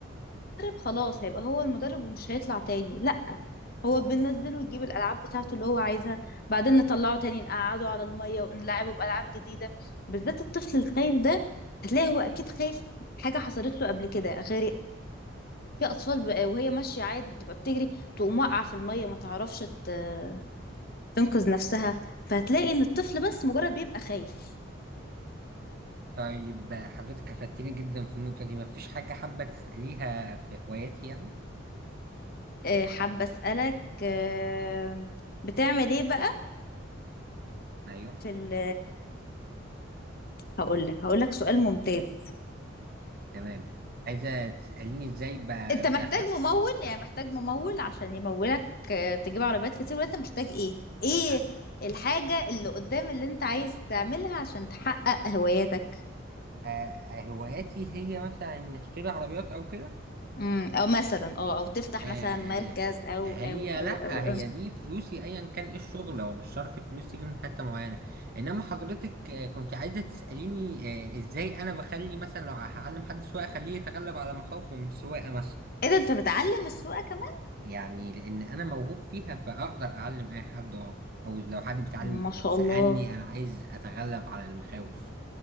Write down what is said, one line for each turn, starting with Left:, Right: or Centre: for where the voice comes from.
Left: المدرب خلاص هيبقى هو المدرب ومش هيطلع تاني لأ هو بننزله يجيب الألعاب بتاعته اللي هو عايزها بعدين نطلعه تاني نقعده على المية ونلعبه بألعاب جديدة بالذات الطفل الخايف ده هتلاقي هو أكيد خايف حاجة حصلت له قبل كده غير في أطفال بقى وهي ماشية عادي بتبقى بتجري تقوم واقعة في المية ما تعرفش ت- تنقذ نفسها فهتلاقي إن الطفل بس مجرد بيبقى خايف
Right: طيب حضرتك افدتني جدا في النقطة دي مفيش حاجة حابة تسأليها في هواياتي يعني
Left: آه، حابة أسألك آه، بتعمل إيه بقى
Right: ايوه
Left: في ال هقول لك هقول لك سؤال ممتاز
Right: تمام عايزة تسأليني ازاي ب...
Left: انت محتاج
Right: بخ...
Left: ممول يعني محتاج ممول عشان يمولك آه، تجيب عربيات كتير وانت محتاج ايه ايه
Right: ع-
Left: الحاجة اللي قدام اللي انت عايز تعملها عشان تحقق هواياتك
Right: آه، هواياتي هي مثلا إن اشتري عربيات او كده
Left: امم او مثلا اه او تفتح
Right: آه،
Left: مثلا مركز او
Right: آه، هي
Left: او او
Right: لا
Left: او, أو.
Right: هي دي فلوسي ايا كان ايه الشغل هو مش شرط فلوس تيجي من حتة معينة انما حضرتك آه، كنت عايزة تسأليني آه، ازاي انا بخلي مثلا لو هعلم حد سواقة اخليه يتغلب على مخاوفه من السواقة مثلا
Left: ايه ده انت بتعلم السواقة كمان
Right: يعني لان انا موهوب فيها فاقدر اعلم اي حد اه او لو حد بيتعلم
Left: ما شاء
Right: سألني
Left: الله
Right: انا عايز اتغلب على المخاوف